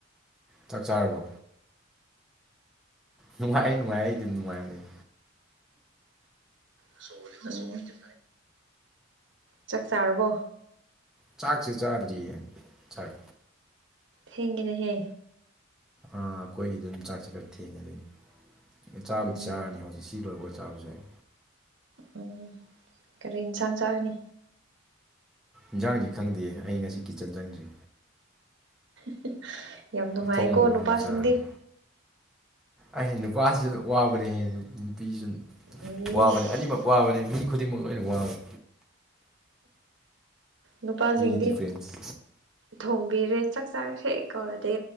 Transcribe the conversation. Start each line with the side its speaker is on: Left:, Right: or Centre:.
Centre: ꯆꯥꯛ ꯆꯥꯔꯕ ꯅꯨꯡꯉꯥꯏ ꯅꯨꯡꯉꯥꯏ ꯑꯩꯗꯤ ꯅꯨꯡꯉꯥꯏꯂꯩ
Right: ꯁꯣ ꯁꯣꯜ ꯆ ꯆꯥꯛ ꯆꯥꯔꯔꯕꯣ
Centre: ꯆꯥꯛꯁꯤ ꯆꯥꯗ꯭ꯔꯤꯌꯦ ꯆꯥꯛ
Right: ꯊꯦꯡꯒꯦꯅꯦ ꯍꯦ
Centre: ꯑꯥ ꯑꯩꯈꯣꯏꯒꯤꯗ ꯑꯗꯨꯝ ꯆꯥꯛꯁꯦ ꯈꯔ ꯊꯦꯡꯉꯦ ꯑꯗꯨꯒꯤꯅꯤ ꯆꯥꯕꯨꯗꯤ
Right: ꯎꯝ
Centre: ꯆꯥꯔꯅꯤ ꯍꯧꯖꯤꯛ ꯁꯤ ꯂꯣꯏꯕꯒ ꯆꯥꯕꯁꯨ ꯌꯥꯏ
Right: ꯎꯝ ꯀꯔꯤ ꯏꯟꯁꯥꯡ ꯆꯥꯒꯅꯤ
Centre: ꯏꯟꯖꯥꯡꯁꯤ ꯈꯪꯗꯦ ꯑꯩ ꯉꯁꯤ ꯀꯤꯠꯆꯟ ꯆꯪꯗ꯭ꯔꯤ
Right: <unintelligible>
Centre: ꯑꯊꯣꯡꯕ ꯃꯔꯝ
Right: ꯅꯨꯄꯥꯁꯤꯡꯗꯤ
Centre: ꯆꯥꯔꯦ ꯑꯩ ꯅꯨꯄꯥꯁꯤꯁꯨ ꯋꯥꯕꯅꯦ ꯅꯨꯄꯤꯁꯨ
Right: ꯏꯁ
Centre: ꯋꯥꯕꯅꯤ ꯑꯅꯤꯃꯛ ꯋꯥꯕꯅꯤ ꯃꯤ ꯈꯨꯗꯤꯡꯃꯛ ꯂꯣꯏꯅ ꯋꯥꯕꯅꯤ
Right: ꯅꯨꯄꯥꯁꯤꯡꯗꯤ
Centre: ꯗꯤꯐ꯭ꯔꯦꯟꯁ
Right: ꯊꯣꯡꯕꯤꯔꯦ ꯆꯥꯛ ꯆꯥꯔꯁꯦ ꯀꯧꯔꯗꯤ